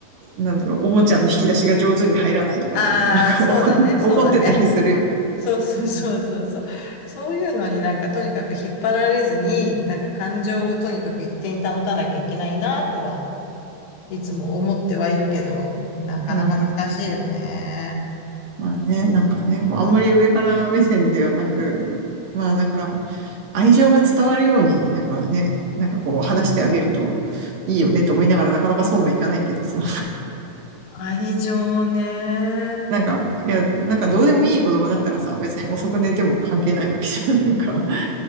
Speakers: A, on the right (about 70°); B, on the left (about 70°).
A: う。なんだろう。おもちゃの引き出しが上手に入らないとかでね。
B: ああ、
A: なんか怒る怒ってたりするよね。
B: そうだね、そうだね。そうそうそうそうそう。そういうのになんかとにかく引っ張られずに、なんか感情をとにかく一定に保たなきゃいけないなとはいつも思ってはいるけど、なかなか難しいよね。
A: うん。まあね、なんかね、こうあんまり上から目線ではなく、まあなんか、愛情が伝わるように、なんかね、なんかこう話してあげるといいよねと思いながら、なかなかそうもいかないけどさ。
B: 愛情ね。
A: なんか、いや、なんかどうでもいい子供だったらさ、別に遅く寝ても関係ないわけじゃん。<laughs> なんか、